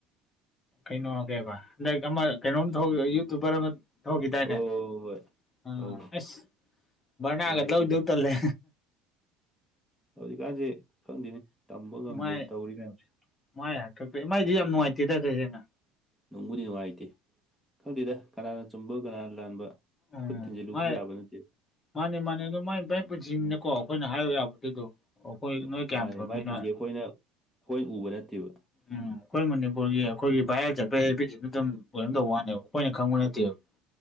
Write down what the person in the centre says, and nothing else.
ꯍꯣꯏ ꯍꯣꯏ ꯍꯣꯏ
ꯑꯧ
ꯅꯨꯡꯉꯥꯏꯇꯦꯗ
ꯍꯧꯖꯤꯛꯀꯥꯟꯁꯦ ꯈꯪꯗꯦꯅꯦ ꯇꯝꯕ ꯉꯝꯗ꯭ꯔꯦ
ꯇꯧꯔꯤ ꯃꯌꯥꯝꯁꯦ
ꯅꯨꯡꯕꯨꯗꯤ ꯅꯨꯡꯉꯥꯏꯇꯦ ꯈꯪꯗꯦꯗ ꯀꯅꯥꯅ ꯆꯨꯝꯕ ꯀꯅꯥꯅ ꯂꯥꯟꯕ
ꯈꯨꯠ ꯊꯤꯟꯖꯤꯜ ꯂꯨꯕꯨꯁꯨ
ꯌꯥꯕ ꯅꯠꯇꯦ
ꯃꯥꯅꯦ
ꯃꯥꯏ
ꯄꯨꯟꯁꯤ ꯑꯩꯈꯣꯏꯅ
ꯑꯩꯈꯣꯏꯅ ꯎꯕ ꯅꯠꯇꯦꯕ